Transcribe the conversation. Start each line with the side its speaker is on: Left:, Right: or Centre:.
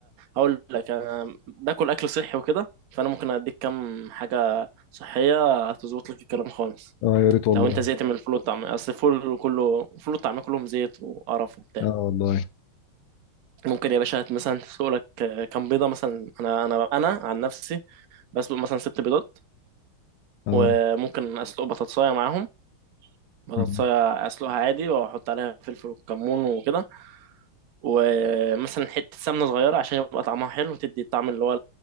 Right: هقول لك انا باكل اكل صحي وكده فانا ممكن اديك كام حاجه صحيه هتظبط لك الكلام خالص
Left: اه يا ريت والله
Right: لو انت زهقت من الفول والطعميه اصل الفول كله الفول والطعميه كلهم زيت وقرف وبتاع
Left: اه والله
Right: ممكن يا باشا مثلا تسلق لك كام بيضه مثلا انا انا انا عن نفسي بسلق مثلا ست بيضات
Left: اه
Right: وممكن اسلق بطاطسايه معاهم بطاطساية
Left: مم.
Right: اسلقها عادي واحط عليها فلفل وكمون وكده ومثلا حتة سمنة صغيرة عشان يبقى طعمها حلو وتدي الطعم اللي هو